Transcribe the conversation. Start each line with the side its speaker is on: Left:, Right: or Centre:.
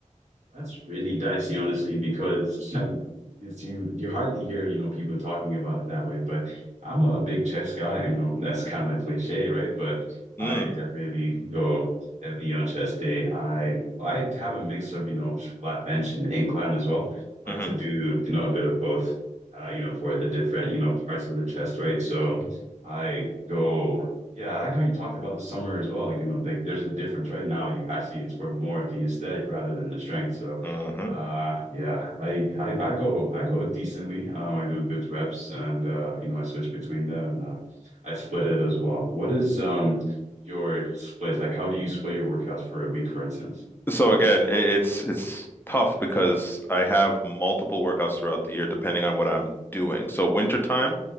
Right: that's really dicey, honestly, because <laughs> um, it's, you you hardly hear you know people talking about it that way. But I'm a big chest guy. You know, that's kind of like cliche, right? But I
Left: Mm,
Right: definitely go heavy on chest day. I I have a mix of you know flat bench and incline as well. Like
Left: hmm
Right: to do you know a bit of both uh, you know, for the different, you know, parts of the chest, right? So I go, yeah, I like how you talked about the summer as well. Like, you know, like there's a difference right now. You actually it's for more of the aesthetic rather than the strength. So,
Left: hmm
Right: uh, yeah, I, I I go I go decently. Um, I do good reps, and uh, you know, I switch between that, and uh, I split it as well. What is um your splits like? How do you split your workouts for a week, for instance?
Left: So again, i- it's it's tough because I have multiple workouts throughout the year depending on what I'm doing. So wintertime,